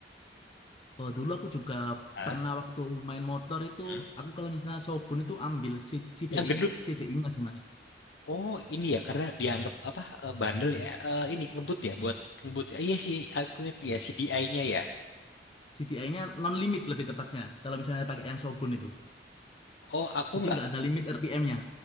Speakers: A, on the left; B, on the left.
A: Oh, dulu aku juga
B: Hah?
A: pernah waktu main motor itu,
B: Hmm?
A: aku kalau misalnya Shogun itu ambil C- CDI,
B: Yang gendut.
A: CDI-nya sih mas.
B: Oh, ini ya karena dianggap apa eh, bandel ya. Eh, ini ngebut ya buat ngebut. Eh, iya sih, aku inget ya CDI-nya ya.
A: C D I nya non-limit lebih tepatnya, kalau misalnya pakai yang Shogun itu.
B: Oh, aku
A: Jadi
B: nggak.
A: nggak ada limit RPM-nya.